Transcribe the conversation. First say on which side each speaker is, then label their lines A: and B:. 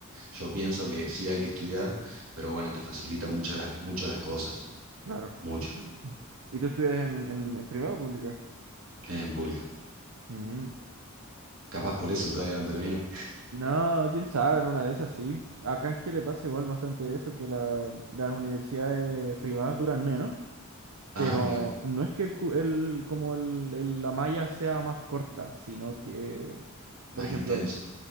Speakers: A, on the right; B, on the right.
A: yo pienso que sí hay que estudiar, pero bueno, te facilita mucho las, mucho las cosas,
B: claro.
A: mucho,
B: <clears throat> ¿Y tú estudias en, en, en privado o pública?
A: en pública.
B: Mm.
A: Capaz por eso todavía no terminé.
B: No, quién sabe, en una de esas sí. Acá en Chile pasa igual bastante eso, que la- las universidades privadas duran menos,
A: Ah,
B: pero
A: mira.
B: no es que el, cu- el- como el- el- la malla sea más corta, sino que,
A: Más
B: por ejemplo,
A: intenso.